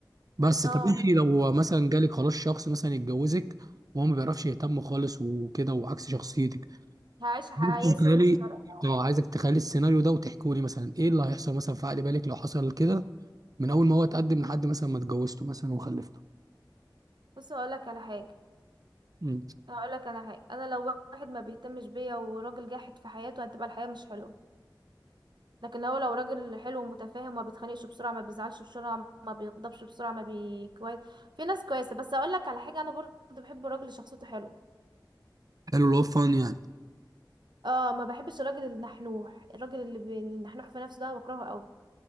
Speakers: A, on the right; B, on the right.
A: بس
B: اه
A: طب انت لو مثلا جالك خلاص شخص مثلا يتجوزك وهو ما بيعرفش يهتم خالص وكده وعكس شخصيتك
B: هعيش حياة
A: انت
B: سودة
A: تخيلي
B: الصراحة
A: اه عايزك تخيلي السيناريو ده وتحكوا لي مثلا ايه اللي هيحصل مثلا في عقل بالك لو حصل كده من اول ما هو اتقدم لحد مثلا ما اتجوزته مثلا وخلفته
B: بص هقولك على حاجة
A: مم.
B: هقولك على حاجة انا لو واحد ما بيهتمش بيا وراجل جاحد في حياته هتبقى الحياة مش حلوة لكن هو لو راجل حلو ومتفاهم ما بيتخانقش بسرعة ما بيزعلش بسرعة ما بيغضبش بسرعة ما بي كويس في ناس كويسة بس اقول لك على حاجة انا برضه بحب الراجل اللي شخصيته حلوة
A: حلو اللي هو فان يعني
B: اه ما بحبش الراجل النحنوح الراجل اللي بي- النحنوح في نفسه ده أنا بكرهه قوي